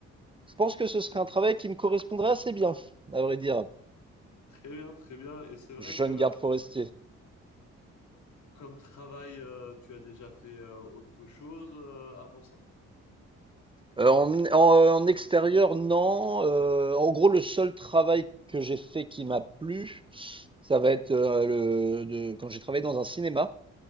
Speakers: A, on the right; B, on the left.
A: je pense que ce serait un travail qui me correspondrait assez bien, à vrai dire,
B: Très bien, très bien. Et c'est vrai
A: jeune
B: que
A: garde forestier.
B: comme travail, euh, tu as déjà fait euh, autre chose euh, avant ça?
A: Heu, en en, euh, en extérieur non, heu, en gros le seul travail que j'ai fait qui m'a plu, ça va être, heu, le de quand j'ai travaillé dans un cinéma